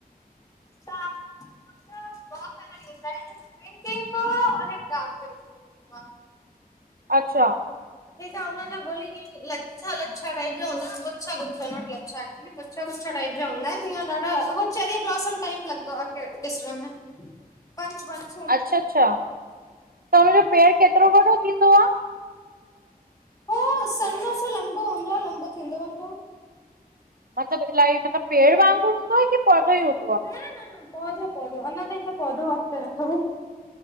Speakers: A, on the left (about 20°); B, on the right (about 70°).
A: तां ॿ कलर ईंदा आहिनि पिंक ईंदो आ और एक डार्क पिंक, ईंदो आ।
B: अच्छा,
A: हेठां हुन जा ॻोली ॾिस लच्छा- लच्छा टाइप जा हूंदा गुच्छा- गुच्छा नोट लच्छा, गुच्छा -गुच्छा टाइप जा हूंदा आहिनि, हींय ॾाढा हो चैरी ब्लॉसम टाइप लॻंदो आ ॾिसण में, <inaudible> बंच- बंच
B: अच्छा- अच्छा त हुनजो पेड़ केतिरो वॾो थींदो आ?
A: हो सन्नो सो लंबो हूंदो आ लंबो थींदो वेंदो आ।
B: मतिलब इलाही मतिलब पेड़ वांगुर हूंदो आ की पौधो ही हूंदो आ?
A: न -न -न पौधो पौधो अञा ताईं त पौधो अॻिते न खबर